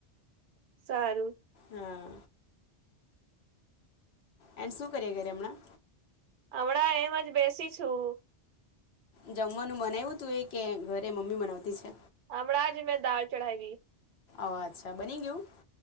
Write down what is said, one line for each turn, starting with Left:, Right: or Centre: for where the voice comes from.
Right: સારું.
Left: હા એ શું કરીએ ઘરે હમણાં.
Right: હમણાં એમ જ બેસી છું.
Left: જમવાનું મને એવું હતું એ કે ઘરે મમ્મી મનાવતી છે.
Right: હમણા જ મેં દાલ ચઢાઈવી.
Left: ઓ અચ્છા બની ગયું.